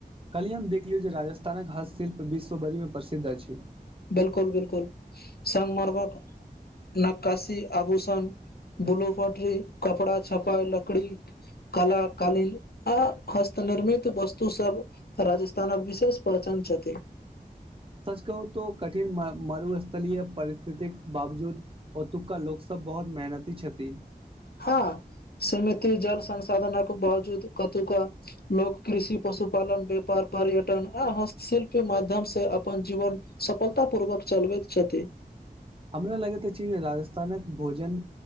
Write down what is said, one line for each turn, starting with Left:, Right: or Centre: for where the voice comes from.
Right: काल्हिये हम देखलियै जे राजस्थानक हस्तशिल्प विश्वभरिमे प्रसिद्ध अछि।
Left: बिलकुल बिलकुल, संगमरमरक नक्काशी, आभूषण, ब्लूफटरी कपड़ा छपाइ, लकड़ी कला, कालीन आ हस्त निर्मित वस्तु सब राजस्थानक विशेष पहचान छथि।
Right: सच कहू त कठिन मरुस्थलीय परिस्थितिक बावजूद ओतुका लोकसब बहुत मेहनती छथि।
Left: हँ, सीमित जल संसाधनक बावजूद ओतुका लोक कृषि पशुपालन व्यापार पर्यटन आ हस्तशिल्पके माध्यम से अपन जीवन सफलता पूर्वक चलबैत छथि।
Right: हमरा लगैत अछि जे राजस्थानक भोजन